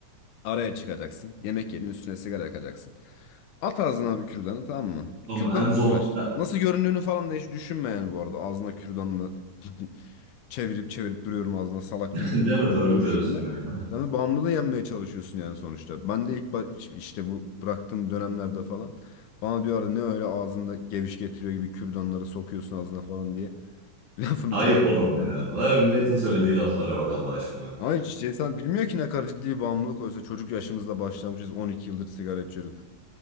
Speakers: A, on the left; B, on the right.
A: Araya çıkacaksın. Yemek yerinin üstüne sigara yakacaksın. At ağzına bir kürdanı tamam mı?
B: Tamam
A: Kürdanla
B: en son
A: uğraş.
B: <laughs>
A: Nasıl göründüğünü falan da hiç düşünme yani bu arada. Ağzına kürdanla <laughs> çevirip çevirip duruyorum ağzına salak
B: değil
A: gibi
B: mi
A: falan
B: doğru
A: diye
B: diyorsun
A: düşünme.
B: ya.
A: Sen de bağımlılığı yenmeye çalışıyorsun yani sonuçta. Ben de ilk ba- işte bu bıraktığım dönemlerde falan bana diyorlardı ne öyle ağzında geviş getiriyor gibi kürdanları sokuyorsun ağzına falan diye. <laughs>
B: <laughs>
A: Lafını
B: Ayıp
A: çok
B: oğlum
A: yapıyorlardı.
B: ya. Lan milletin söylediği laflara bak Allah aşkına.
A: Ama hiç işte insan bilmiyor ki ne kadar ciddi bir bağımlılık oysa çocuk yaşımızda başlamışız 12 yıldır sigara içiyoruz.